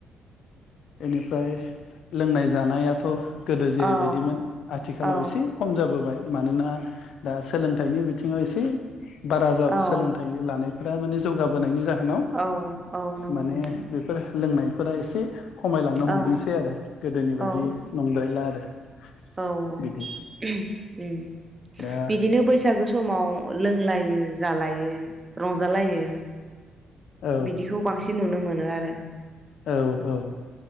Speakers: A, on the left; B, on the right.
A: बेनिफ्राय लोंनाय जानायाथ गोदो जेरैबायदिमोन
B: औ औ
A: आथिखालाव
B: औ
A: एसे खम जाबोबाय मानोना दा सोलोंथाइनि बिथिङाव से बारा जाबो
B: औ
A: सोलोंथाइ लानाय फोर माने जौगाबोनायनि जा जाहोनाव
B: औ औ नंगौ
A: माने
B: नोंथां
A: बेफोर लोंनाय फोर एसे खमायलांनो हमदोंसै
B: औ
A: आरो गोदोनि बायदि
B: औ
A: नंद्रायला आरो <unintelligible>
B: औ औ
A: बिदि
B: <unintelligible> उम
A: दा
B: बिदिनो बैसागो समाव लोंलायो जालायो रंजालायो
A: औ
B: बिदिखौ बांसिन नुनो मोनो। आरो
A: औ औ